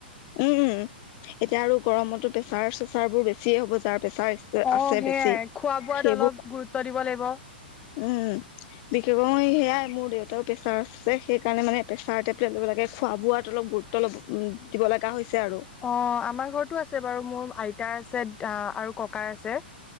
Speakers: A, on the left (about 45°); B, on the left (about 20°).
A: উম, এতিয়া আৰু গৰমতো প্ৰেছাৰ চেচাৰ বোৰ বেছি হ'ব। যাৰ প্ৰেছাৰ
B: অ
A: আছে
B: সেয়াই
A: বেছি
B: খোৱা বোৱাত
A: সেইবো,
B: অলপ গুৰুত্ব দিব লাগিব
A: উম। বিশেষক সেয়াই মোৰ দেউতাও প্ৰেচাৰ আছে। সেইকাৰণে মানে প্ৰেছাৰ টেবলেট দিব লাগে। খোৱা-বোৱাত অলপ গুৰুত্ব তলৱ দিব লগা হৈছে আৰু
B: অ, আমাৰ ঘৰতো আছে বাৰু। মোৰ আইতাৰ আছে দা আৰু ককাৰ আছে।